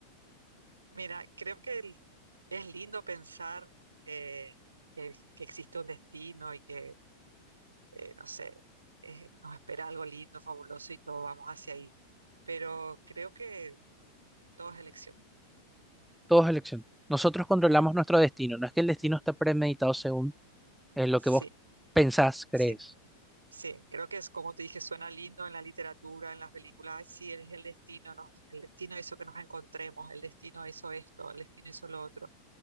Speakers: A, on the right; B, in the centre.
A: Mira, creo que el- es lindo pensar eh, que, que existe un destino y que, eh, no sé, eh, nos espera algo lindo, fabuloso y todos vamos hacia ahí. Pero creo que todo es elección.
B: Todo es elección. Nosotros controlamos
A: Creo que
B: nuestro destino, no es que el destino está premeditado según eh, lo
A: sí,
B: que vos pensás, crees.
A: sí. Sí, creo que es como te dije, suena lindo en la literatura, en las películas. Ay, sí, es el destino, nos- el destino hizo que nos encontremos, el destino hizo esto, el destino hizo lo otro.